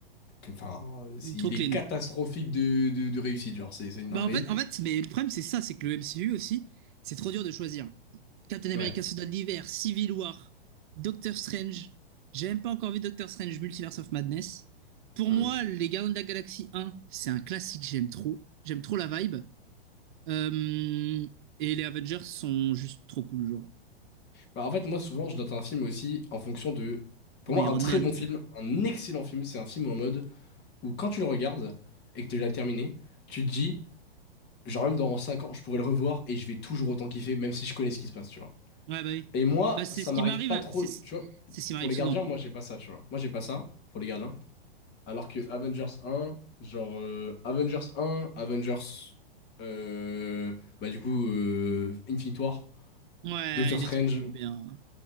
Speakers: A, on the left (about 35°); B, on the right (about 55°).
A: que- Enfin, euh, c'est-
B: Il est
A: il
B: trop clean.
A: est catastrophique de, de, de réussite, genre, c'est c'est une dinguerie.
B: Bah en fait, en fait, mais le problème c'est ça, c'est que le MCU aussi, c'est trop dur de choisir. Captain America
A: Ouais.
B: Soldat de l'hiver, Civil War, Doctor Strange. J'ai même pas encore vu Doctor Strange Multiverse of Madness. Pour
A: Mm.
B: moi, les Gardiens de la Galaxie un c'est un classique, j'aime trop. J'aime trop la vibe. Euh, et les Avengers sont juste trop cool, genre.
A: Bah, en fait, moi, souvent, je note un film aussi en fonction de. Pour
B: Et ben
A: moi,
B: Iron
A: un très
B: Man.
A: bon
B: putain.
A: film, un excellent film, c'est un film en mode où quand tu le regardes et que tu l'as terminé, tu te dis. genre même dans 5 ans, je pourrais le revoir et je vais toujours autant kiffer, même si je connais ce qui se passe, tu vois.
B: Ouais, bah oui.
A: Et moi,
B: Bah, c'est
A: ça
B: ce
A: m'arrive
B: qui m'arrive,
A: pas
B: à-
A: trop,
B: c'est
A: tu
B: ce
A: vois,
B: c'est ce qui m'arrive
A: pour les
B: souvent,
A: gardiens,
B: moi.
A: moi j'ai pas ça, tu vois. Moi j'ai pas ça pour les gardiens. Alors que Avengers un genre euh, Avengers un Avengers, euh, bah du coup, euh, Infinite War,
B: Ouais,
A: Doctor
B: il
A: Strange.
B: est trop bien.